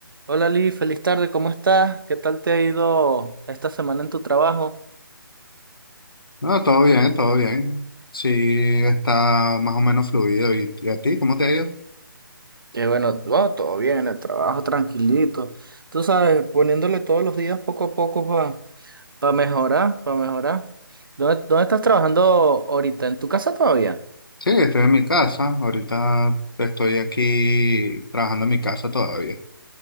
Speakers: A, on the right (about 65°); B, on the left (about 70°).
A: Hola Lee, feliz tarde, ¿cómo estás? ¿Qué tal te ha ido esta semana en tu trabajo?
B: No, todo bien, todo bien. Sí, está más o menos fluido. ¿Y, y a ti, cómo te ha ido?
A: Que bueno, bueno, todo bien, el trabajo tranquilito. Tú sabes, poniéndole todos los días poco a poco para mejorar, para mejorar. ¿Dónde, dónde estás trabajando ahorita? ¿En tu casa todavía?
B: Sí, estoy en mi casa. Ahorita estoy aquí trabajando en mi casa todavía.